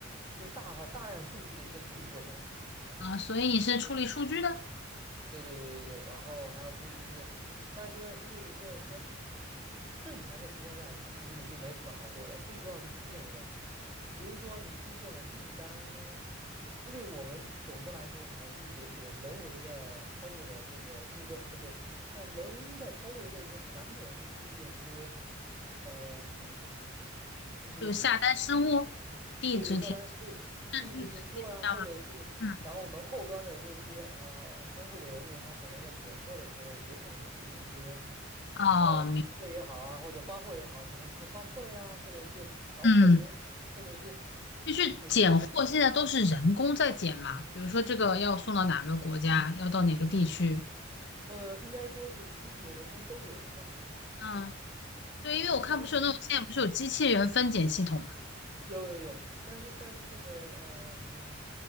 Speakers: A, on the right; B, on the left.
A: 就是大大量数据的一个处理过程。
B: 啊，所以你是处理数据的，
A: 对对对对对，然后还要处理就是，但是呢，因为这才正常的情况下，其实你就没什么好做的。最主要是出现什么？比如说你出现了订单，因为我们总的来说还是有有人为的操作的这个部分，对不对？那人在操作的过程中，难免会出现一些，嗯、这些
B: 就下单失误、地址填，
A: 对对下单是地址填错啊，
B: 嗯嗯，是类似这样吗？
A: 或者是然后我们后端的这些呃仓库的人员，
B: 嗯，
A: 他可能在拣货的时候，也可能会出现一些
B: 哦，
A: 呃对也好啊，
B: 明，
A: 或者发货也好，可能是不是发错了呀，或者是搞混了呀，
B: 嗯
A: 或者是。
B: 就是拣货，
A: 对对
B: 现在都是人工在拣嘛，比如说这个要送到哪个国家，要到哪个地区。
A: 呃，应该说是机器和人工都有嘛。
B: 嗯，对，因为我看不是有那种现在不是有机器人分拣系统嘛。
A: 但是有有有，但是但是那个嗯、